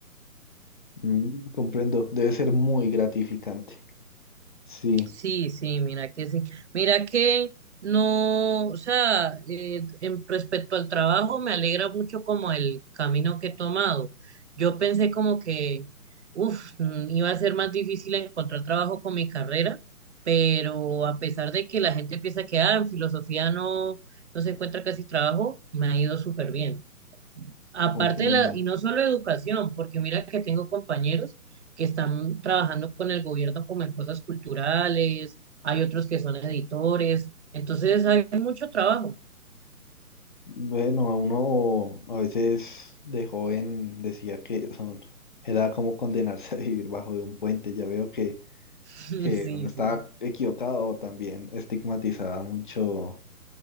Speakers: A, on the left; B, on the right.
A: Mm, comprendo, debe ser muy gratificante. Sí,
B: Sí, sí, mira que sí. Mira que no, o sea, eh, en respecto al trabajo me alegra mucho como el camino que he tomado. Yo pensé como que, uff, iba a ser más difícil encontrar trabajo con mi carrera, pero a pesar de que la gente piensa que, ah, en filosofía no, no se encuentra casi trabajo, me ha ido súper bien. Aparte
A: comprendo.
B: de la, y no solo educación, porque mira que tengo compañeros que están trabajando con el gobierno como en cosas culturales, hay otros que son editores, entonces hay mucho trabajo.
A: Bueno, a uno a veces de joven decía que son, era como condenarse <laughs> a vivir bajo de un puente. Ya veo que,
B: <laughs>
A: que
B: Sí,
A: uno estaba
B: sí.
A: equivocado también estigmatizaba mucho